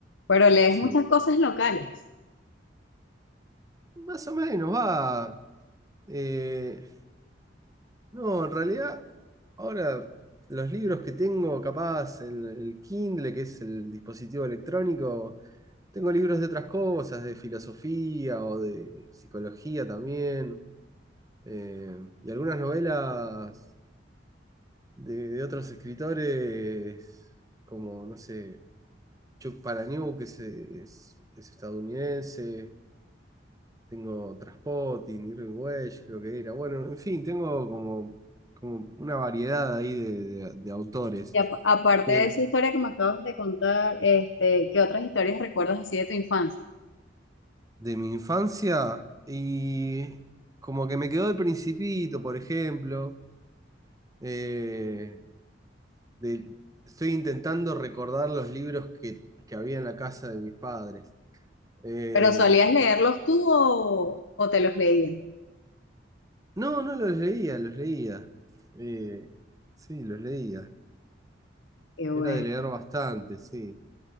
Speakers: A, on the left; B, on the right.
A: Pero lees
B: sí,
A: muchas cosas locales.
B: más o menos va. eh, No, en realidad, ahora los libros que tengo, capaz, en el Kindle, que es el dispositivo electrónico, tengo libros de otras cosas, de filosofía o de psicología también, eh, y algunas novelas de, de otros escritores, como, no sé, Chuck Palahniuk, que es, es- es estadounidense, tengo Trainspotting, Irving Welsh, creo que era. Bueno, en fin, tengo como, como una variedad ahí de, de- de autores.
A: Y ap- aparte
B: Bien,
A: de esa historia que me acabas de contar, este, ¿qué otras historias recuerdas así de tu infancia?
B: de mi infancia y como que me quedó El Principito, por ejemplo. Eh, de- estoy intentando recordar los libros que, que había en la casa de mis padres. Eh,
A: ¿Pero solías leerlos
B: que-
A: tú o, o te los leían?
B: no, no los leía, los leía. Eh, sí, los leía.
A: Qué bueno.
B: Era de leer bastante, sí.